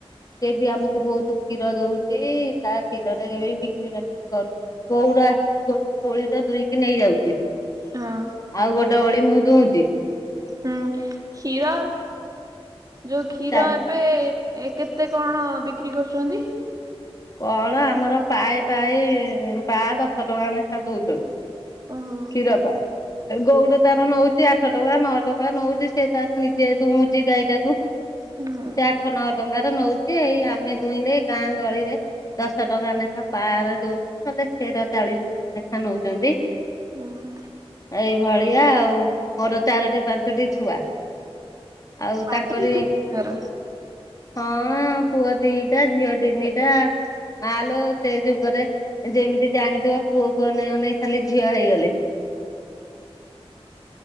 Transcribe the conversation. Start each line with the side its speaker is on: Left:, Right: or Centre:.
Left: ସେ ବି ଆମକୁ ବହୁତ କ୍ଷୀର ଦଉଛି ତା କ୍ଷୀରରେ ବି ବିକ୍ରି ବାକି କରୁ ଗଉର ଆସିକି ଗୋଟେ ଗୋଳିର ଦୁହିଁକି ନେଇ ଯାଉଛି
Right: ହଁ।
Left: ଆଉ ଗୋଟେ ଓଳି ମୁଁ ଦୁହୁଁଛି।
Right: ହୁଁ କ୍ଷୀର ଯୋଉ କ୍ଷୀର
Left: ଚା
Right: ଏ ଏବେ କେତେ କଣ ବିକ୍ରି କରୁଛନ୍ତି?
Left: କଣ ଆମର ପାଏ ପାଏ ପା ଦଶ ଟଙ୍କା ଲେଖା ଦଉଛନ୍ତି।
Right: ଓହୋ।
Left: କ୍ଷୀରପା ଗଉଡ ତାର ନଉଛି ଆଠ ଟଙ୍କା ନଅ ଟଙ୍କା ନଉଛି ସେ ତାର ନିଜେ ଦୁହୁଁଛି ଗାଈଟାକୁ। ସେ
Right: ହୁଁ
Left: ଆଠ ନଅ ଟଙ୍କାରେ ନଉଛି ଏଇ ଆମେ ଦୁହିଁଲେ ଗାଁ ଗହଳିରେ ଦଶ ଟଙ୍କା ଲେଖା ପାରେ ଦଉଛି ନହେଲେ ସେର ଚାଳିଶ ଟଙ୍କା ଲେଖା ନଉଛନ୍ତି।
Right: ଅହ।
Left: ଏଇଭଳିଆ ଆଉ ମୋର ଚାରଟି ପାଞ୍ଚ ଦିଇଟି ଛୁଆ ଆଉ
Right: ପାଞ୍ଚ
Left: ତାଙ୍କରି
Right: ଲିଟର
Left: ହଁ ପୁଅ ଦିଇଟା ଝିଅ ଦିଇତିନି ସେଟା ମାଆଲୋ ସେ ଯୁଗରେ ଯେମିତି ଜାଣିଥିବ। ପୁଅ କୁ ଅନେଇ ଅନେଇ ଖାଲି ଝିଅ ହେଇଗଲେ।